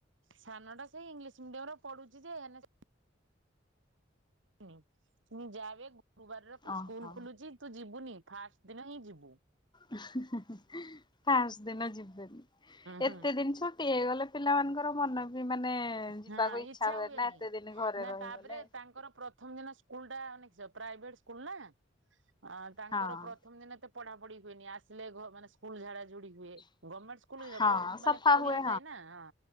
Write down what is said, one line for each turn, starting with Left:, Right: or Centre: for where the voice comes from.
Right: ସାନ ଟା ସେଇ ଇଂଲିଶ ମିଡିୟମ ରେ ପଢୁଚି ଯେ ଏନେ ମୁଁ ଯାବେ ଗୁରୁବାରର
Left: ଓହୋ
Right: ସ୍କୁଲ ଖୋଲୁଚି ତୁ ଯିବୁନି। ଫାଷ୍ଟ ଦିନ ହିଁ ଯିବୁ।
Left: ଉଁ ହୁଁ ହୁଁ ହୁଁ ଫାଷ୍ଟ ଦିନ ଯିବୁନି
Right: ହୁଁ
Left: ଏତେ ଦିନ୍ ଛୁଟି ହେ ଗଲେ ପିଲାମାନଙ୍କର ମନ ବି ମାନେ ଯିବାକୁ
Right: ହଁ ଇଚ୍ଛା
Left: ହୁଏ
Right: ହୁଏନି
Left: ନା ଏତେ ଦିନ ଘରେ
Right: ନା
Left: ରହିଗଲେ
Right: ତାପରେ ତାଙ୍କର ପ୍ରଥମ ଦିନ। ସ୍କୁଲ ଟା ନାଇକି ସେଇ ପ୍ରାଇଭେଟ୍ ସ୍କୁଲ ନା ଆଉ ତାଙ୍କର
Left: ହଁ
Right: ପ୍ରଥମ ଦିନ ଏତେ ପଢାପଢି ହୁଏନି। ଆସିଲେ ଘର୍ ମାନେ ସ୍କୁଲ ଝାଡା ଝୁଡି ହୁଏ। ଗମେଣ୍ଟ ସ୍କୁଲରେ
Left: ହଁ
Right: କଣ ମାନେ
Left: ସଫା
Right: ଖୋଲା
Left: ହୁଏ
Right: ଯାଏ ନା ହଁ